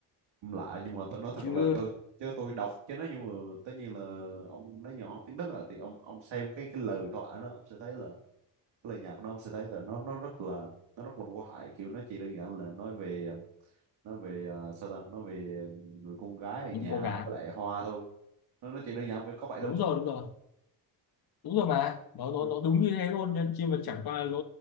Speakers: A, on the right (about 80°); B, on the left (about 55°).
A: cũng lạ nhưng mà tôi nói thật
B: chứ
A: là tôi chứ tôi đọc chứ nó nhưng mà tất nhiên là ông nói nhỏ học tiếng Đức à thì ông ông xem cái cái lời thoại nó ông sẽ thấy là cái lời nhạc của nó ông sẽ thấy là nó nó rất là nó rất là vô hại kiểu nó chỉ đơn giản là nói về nó về à, sao ta nó về người con gái ở
B: những
A: nhà
B: cô gái
A: với lại hoa thôi nó nó chỉ đơn giản với có vậy
B: đúng
A: thôi
B: rồi đúng rồi đúng rồi mà nó nó,
A: ừ.
B: nó đúng như thế luôn nên chi mà chẳng qua là nó